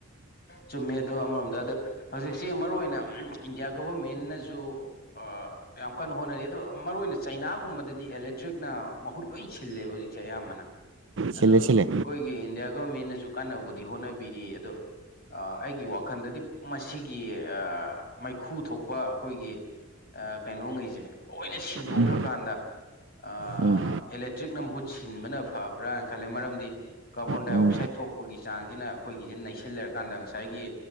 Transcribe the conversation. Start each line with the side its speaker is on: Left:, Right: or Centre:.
Left: ꯆꯨꯝꯃꯦ ꯑꯗꯣ ꯑꯃꯔꯣꯝꯗ ꯑꯗꯣ ꯍꯧꯖꯤꯛꯁꯦ ꯃꯔꯨꯑꯣꯏ ꯑꯣꯏꯅ ꯏꯟꯗꯤꯌꯥ ꯒꯣꯚꯔꯃꯦꯟꯅꯁꯨ ꯑꯥ ꯌꯥꯝ ꯀꯟꯅ ꯍꯣꯠꯅꯔꯤ ꯑꯗꯣ ꯃꯔꯨ ꯑꯣꯏꯅ ꯆꯩꯅꯥꯒꯨꯝꯕꯗꯗꯤ ꯑꯦꯂꯛꯇ꯭ꯔꯤꯛꯅ ꯃꯍꯨꯠ ꯂꯣꯏ ꯁꯤꯜꯂꯦꯕ ꯍꯧꯖꯤꯛ ꯆꯦ ꯑꯌꯥꯝꯕꯅ ꯑꯗꯣ
Right: ꯁꯤꯜꯂꯦ ꯁꯤꯜꯂꯦ
Left: ꯑꯈꯣꯏꯒꯤ ꯏꯟꯗꯤꯌꯥ ꯒꯣꯔꯃꯦꯟꯅꯁꯨ ꯀꯟꯅꯕꯨꯗꯤ ꯍꯣꯠꯅꯕꯤꯔꯤ ꯑꯗꯣ ꯑꯥ ꯑꯩꯒꯤ ꯋꯥꯈꯟꯗꯗꯤ ꯃꯁꯤꯒꯤ ꯑꯥ ꯃꯩꯈꯨ ꯊꯣꯛꯄ ꯑꯈꯣꯏꯒꯤ ꯑ ꯀꯩꯅꯣꯉꯩꯁꯦ ꯂꯣꯏꯅ ꯁꯤꯟꯗꯣꯛꯈ꯭ꯔꯀꯥꯟꯗ
Right: ꯎꯝ
Left: ꯑꯥ
Right: ꯎꯝ
Left: ꯑꯦꯂꯦꯛꯇ꯭ꯔꯤꯛꯅ ꯃꯍꯨꯠ ꯁꯤꯟꯕꯅ ꯐꯕ꯭ꯔꯥꯅ ꯈꯜꯂꯦ ꯃꯔꯝꯗꯤ ꯀꯥꯔꯕꯣꯟꯗꯥꯏꯑꯛꯁꯥꯏꯠ
Right: ꯎꯝ
Left: ꯊꯣꯛꯄꯒꯤ ꯆꯥꯡꯁꯤꯅ ꯑꯩꯈꯣꯏꯒꯤꯁꯤ ꯅꯩꯁꯤꯜꯂꯩꯔꯀꯥꯟꯗ ꯉꯁꯥꯏꯒꯤ